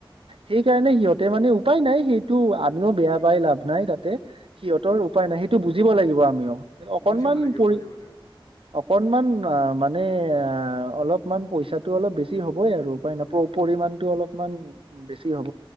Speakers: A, on the right (about 80°); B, on the left (about 40°).
A: সেই কাৰণে সিহঁতে মানে উপায় নাই সেইটো আমিও বেয়া পাই লাভ নাই তাতে সিহঁতৰ উপায় উপায় নাই সেইটো বুজিব লাগিব আমিও অকণমান
B: বুজিব লাগিব
A: পৰি
B: বুজিব লাগিব
A: অকণমান আহ মানু মানে অ অলপমান পইচাটো অলপ বেছি হ'বই আৰু উপায় পৰিমাণটো অলপমান বেছি হ'ব